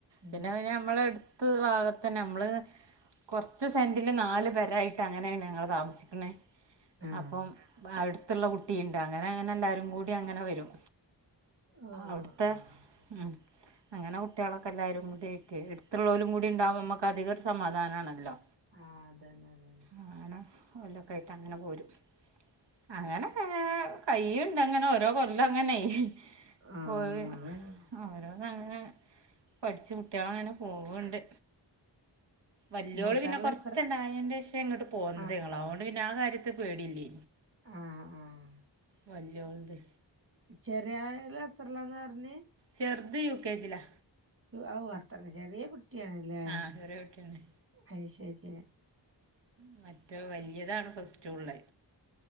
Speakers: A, on the right (about 50°); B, on the right (about 75°).
A: ഉം
B: പിന്നെ പിന്നെ നമ്മളെട് ത്ത് ഭാഗത്ത് നമ്മള് കൊറച്ച് സെന്റില് നാല് പേരായി ട്ടഅങ്ങനെയ ഞങ്ങള് താമസിക്കണേ
A: ആഹ്
B: അപ്പം അടു ത്തുള്ള കുട്ടിയുണ്ട് അങ്ങനെ അങ്ങനെ എല്ലാരും കൂടി അങ്ങനെ വരും
A: ആഹ്
B: അവിട്ത്തെ
A: ആഹ് ആഹ്
B: മ് അങ്ങനെ കുട്ടികളൊക്കെ എല്ലാരും കൂടിയൊക്കെ എടുത്തുള്ളോലും കൂടി ണ്ടാവുമ്പോ നമുക്ക് അധികം ഒരു സമാധാനാണല്ലോ
A: ആഹ് അതന്നെ അത
B: അങ്ങനെ എല്ലൊക്കെ ആയിട്ട് അങ്ങനെ പോരും അങ്ങനെക്കങ്ങനെ, കയ്യ്ണ്ടങ്ങനെ, ഓരോ കൊല്ലങ്ങനെ.
A: ആഹ്
B: പോയ്
A: അതന്നെ
B: ആരാ. തങ്ങനെ പഠിച്ച് കുട്ടൃളങ്ങനെ പോവ്ണ്ട്. വലൃയോള്
A: മൂത്താള്
B: പിന്നെ കൊർച്ചെണ്ടായെന്റെഷെ
A: എത്ര
B: ങ്ങട്ട്പേന്നത്
A: ആഹ്
B: അതേണ്ട് പിന്നെ ആ കാര്യത്തീ പേടില്ലെ.
A: ആഹ് ആഹ്
B: വല്യോൾത്
A: ചെറിയാൾല് എത്രളാന്നർറഞ്ഞ്.
B: ചെർത് യു. കെ. ജിലാ
A: അവ് വർത്താനം ചെറിയെ കുട്ടിയാണില്ലേ
B: ആ ചെറിയ കുട്ടിയാണ്
A: അയ്ശെരി
B: മറ്റേ വല്യതാണ് ഫസ്റ്റുള്ളെ.